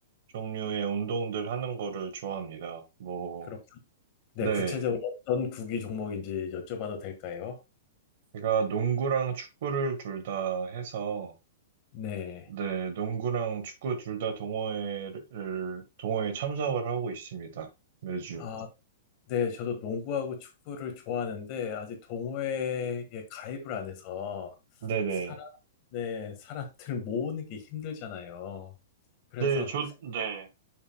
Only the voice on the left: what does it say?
그럼, 구- 네,
구체적으로 어떤 구기 종목인지 여쭤봐도 될까요?
네.
아, 네, 저도 농구하고 축구를 좋아하는데, 아직 동호회에 가입을 안 해서,
사람, 네, 사람들 모으는 게 힘들잖아요. 그래서